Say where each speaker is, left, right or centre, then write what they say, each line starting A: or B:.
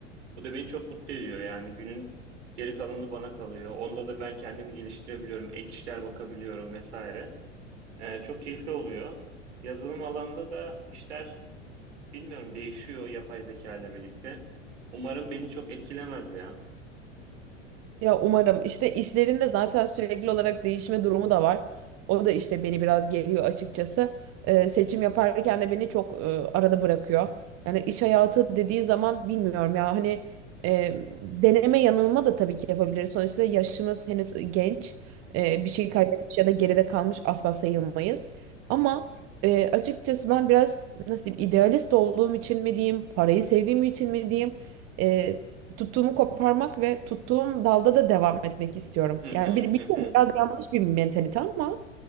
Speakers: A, on the right (about 65°); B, on the right (about 40°).
A: Bu da beni çok mutlu ediyor. Yani günün geri kalanı bana kalıyor. Onda da ben kendimi geliştirebiliyorum, ek işler bakabiliyorum vesaire. Ee, çok keyifli oluyor. Yazılım alanda da işler bilmiyorum değişiyor yapay zeka ile birlikte. Umarım beni çok etkilemez ya.
B: Ya umarım işte işlerinde zaten sürekli olarak değişme durumu da var. O da işte beni biraz geliyor açıkçası. Ee, seçim yaparken de beni çok e, arada bırakıyor. Yani iş hayatı dediği zaman bilmiyorum ya hani e, deneme yanılma da tabii ki yapabiliriz. Sonuçta yaşımız henüz genç. E, bir şey kaybetmiş ya da geride kalmış asla sayılmayız. Ama e, açıkçası ben biraz nasıl diyeyim idealist olduğum için mi diyeyim, parayı sevdiğim için mi diyeyim? e, tuttuğumu koparmak ve tuttuğum dalda da devam etmek istiyorum.
A: <laughs> hı
B: Yani
A: hı,
B: bir, biliyorum
A: hı hı.
B: biraz yanlış bir mentalite ama